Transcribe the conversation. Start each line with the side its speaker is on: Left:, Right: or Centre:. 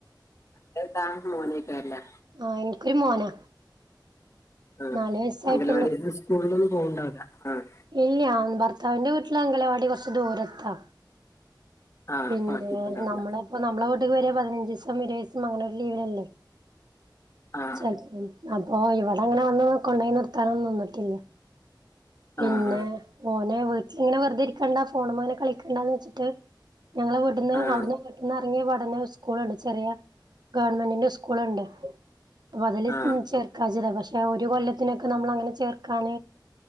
Left: അന്റത് ഏതാ മോനേയ്ക്കാരം അല്ലേ
Right: ആ എനിക്കൊരു മോനാ
Left: ആഹ്
Right: നാല് വയസ്സായിട്ടുള്ളൂ
Left: അംഗനവാടി സ്കൂളിലൊന്നും പോവുണ്ടാവില്ല ആഹ്
Right: ഇല്ല ഭർത്താവിന്റെ വീട്ടില് അംഗനവാടി കൊറച്ച് ദൂരത്താ
Left: ആ
Right: പിന്നെ
Left: പാട്ടിട്ടുണ്ടാവില്ല
Right: നമ്മളപ്പ നമ്മളെ വീട്ടേക്ക് വരെ പതിനഞ്ച് ദിവസം ഇരുവസും അങ്ങനൊ ഒരു ലീവനല്ലേ
Left: ആ
Right: ചെലപ്പം അപ്പൊ ഇവിടെ അങ്ങനെ വന്ന് കൊണ്ടയി നിർത്താനന്നിട്ടില്ല പിന്നെ
Left: ആ ആ ആ
Right: മോനെ വീട്ടിലി ഇങ്ങനെ വെറുതെ ഇരിക്കണ്ട ഫോണമ്മേ ഇങ്ങനെ കളിക്കണ്ടന്ന്ച്ചിട്ട് ഞങ്ങള് ന്ന്
Left: ആ ആ
Right: അവിടുന്ന് വീട്ട്ന്ന് ഇറങ്ങിയപാടന്നേ സ്കൂൾണ് ചെറിയ ഗവൺമെന്റിന്റെ സ്കൂ സ്കൂളുണ്ട് അപ്പൊ അതില്
Left: ആ
Right: ചെർ കജിത പക്ഷെ ഒരു കൊല്ലത്തിനൊക്കെ നമ്മളങ്ങനെ ചേർക്കാൻ